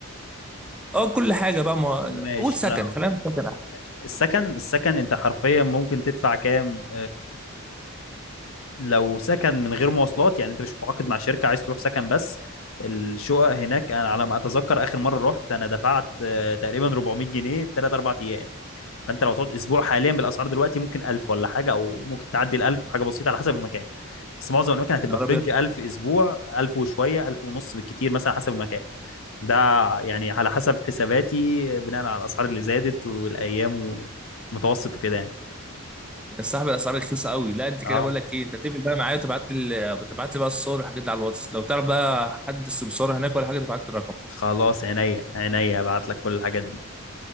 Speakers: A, in the centre; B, on the left.
A: اه آه، كل حاجه بقى ما
B: ماشي
A: قول سكن
B: انا
A: خلينا في سكن احسن
B: ماشي السكن السكن انت حرفيا ممكن تدفع كام لو سكن من غير مواصلات يعني انت مش متعاقد مع شركة عايز تروح سكن بس الشقق هناك انا على ما اتذكر اخر مرة رحت انا دفعت آه، تقريبا 400 جنيه 3 4 ايام فانت لو تقعد اسبوع حاليا بالاسعار دلوقتي ممكن 1000 ولا حاجة او ممكن تعدي ال 1000 حاجة بسيطة على حسب المكان بس معظم الاماكن هتبقى
A: يا نهار
B: فرنج
A: ابيض
B: 1000 اسبوع 1000 وشوية 1000 ونص بالكتير مثلا حسب المكان ده يعني على حسب حساباتي بناء على الاسعار اللي زادت والايام ومتوسط وكده يعني
A: يا صاحبي الاسعار رخيصه قوي لا انت كده
B: اه
A: بقول لك ايه انت تقفل بقى معايا وتبعت لي تبعت لي بقى الصور والحاجات دي على الواتس لو تعرف بقى حد سمسار هناك ولا حاجه تبعت لي الرقم
B: خلاص عينيا عينيا ابعت لك كل الحاجات دي